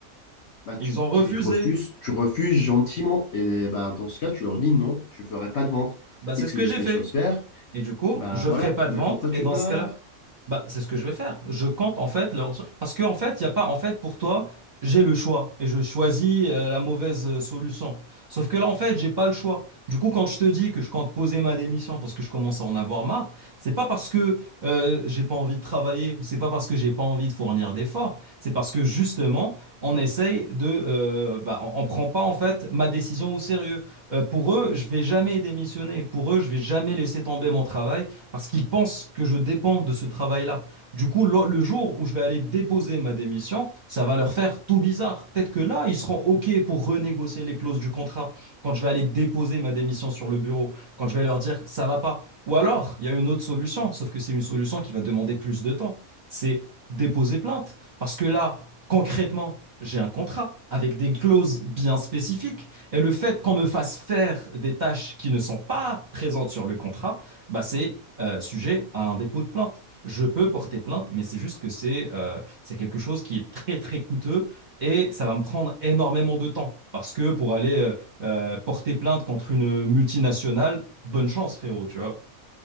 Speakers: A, on the left (about 60°); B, on the right (about 40°).
A: bah, tu,
B: Ils ont refusé.
A: tu refuses, tu refuses gentiment. Et bah, dans ce cas, tu leur dis non, je ne ferai pas de vente.
B: Bah, c'est
A: Et tu
B: ce que
A: laisses
B: j'ai
A: les
B: fait.
A: choses faire.
B: Et du coup,
A: Bah
B: je
A: voilà,
B: ne ferai pas
A: mais
B: de vente.
A: pourquoi tu
B: Et dans
A: te plains
B: ce cas-là,
A: alors?
B: Bah, c'est ce que je vais faire. Je compte en fait leur dire. Parce qu'en fait, il n'y a pas, en fait, pour toi, j'ai le choix et je choisis euh, la mauvaise euh, solution. Sauf que là, en fait, j'ai pas le choix. Du coup, quand je te dis que je compte poser ma démission parce que je commence à en avoir marre, c'est pas parce que euh, j'ai pas envie de travailler ou c'est pas parce que j'ai pas envie de fournir d'efforts. C'est parce que justement, on essaye de. euh, bah, on, on prend pas en fait ma décision au sérieux. Euh, pour eux, je vais jamais démissionner. Pour eux, je vais jamais laisser tomber mon travail parce qu'ils pensent que je dépends de ce travail-là. Du coup, le le jour où je vais aller déposer ma démission, ça va leur faire tout bizarre. Peut-être que là, ils seront OK pour renégocier les clauses du contrat quand je vais aller déposer ma démission sur le bureau, quand je vais leur dire ça va pas. Ou alors, il y a une autre solution, sauf que c'est une solution qui va demander plus de temps. C'est déposer plainte. Parce que là, concrètement, j'ai un contrat avec des clauses bien spécifiques. Et le fait qu'on me fasse faire des tâches qui ne sont pas présentes sur le contrat, bah, c'est euh, sujet à un dépôt de plainte. Je peux porter plainte, mais c'est juste que c'est euh, c'est quelque chose qui est très très coûteux et ça va me prendre énormément de temps. Parce que pour aller euh, euh, porter plainte contre une multinationale, bonne chance, frérot, tu vois.